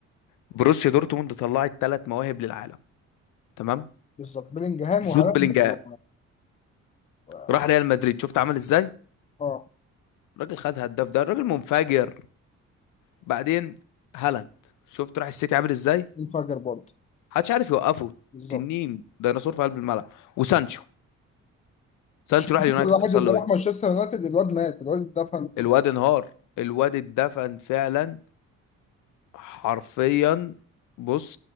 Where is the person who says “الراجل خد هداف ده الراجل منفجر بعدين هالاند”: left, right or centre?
Left